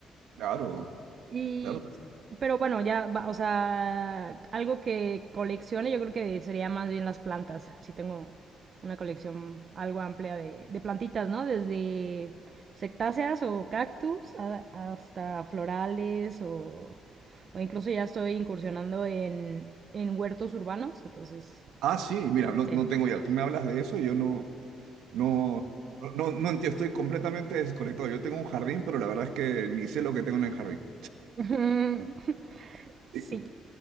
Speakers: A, on the right; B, on the right.
A: Claro,
B: Y...
A: claro.
B: Pero bueno, ya, va- o sea, algo que coleccione yo creo que sería más bien las plantas. Sí tengo una colección algo amplia de, de plantitas, ¿no? Desde sectáceas o cactus a- hasta florales o, o incluso ya estoy incursionando en, en huertos urbanos, entonces,
A: Ah, sí, mira, no,
B: sí.
A: no tengo idea. Tú me hablas de eso y yo no, no, no, no, no entiendo. Estoy completamente desconectado. Yo tengo un jardín, pero la verdad es que ni sé lo que tengo en el jardín.
B: <laughs> Sí.
A: <laughs>